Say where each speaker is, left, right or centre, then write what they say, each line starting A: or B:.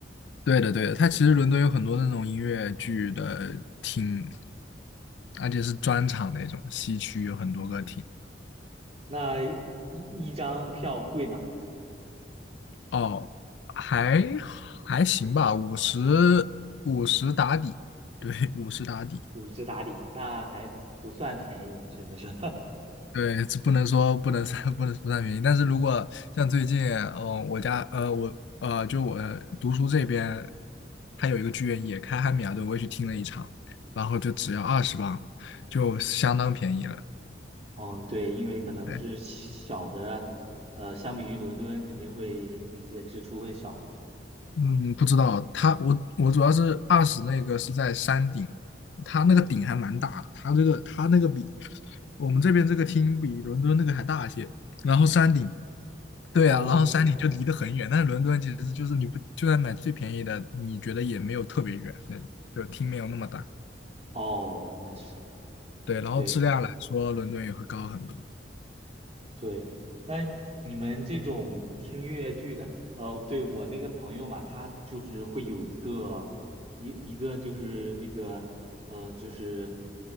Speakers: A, on the left (about 70°); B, on the right (about 35°).
A: 对的，对的，它其实伦敦有很多那种音乐剧的厅，而且是专场那种，西区有很多个厅。
B: 那一一张票贵嘛，
A: 哦，还还行吧，五十五十打底，对五十打底。
B: 五十打底，那还不算便宜，真的是。<laughs>
A: 对，这不能说不能算不能不算便宜，但是如果像最近，嗯、我家呃我呃就我读书这边，它有一个剧院也开汉米尔顿，我也去听了一场，然后就只要二十磅，就相当便宜了。
B: 嗯，对，因为可能是小的，
A: 对，
B: 呃，相比于伦敦肯定会那些支出会小嘛。
A: 嗯，不知道他我我主要是二十那个是在山顶，他那个顶还蛮大的，他这个他那个比我们这边这个厅比伦敦那个还大些，然后山顶，对啊，
B: 哦，
A: 然后山顶就离得很远，
B: 对，
A: 但是伦敦其实就是你不就算买最便宜的，你觉得也没有特别远那种，就厅没有那么大，
B: 哦，那是
A: 对，然后质量来说，
B: 对。
A: 伦敦也会高很多，
B: 对，那你们这种听音乐剧的，呃，对我那个朋友嘛，他就是会有一个一一个就是那个呃，就是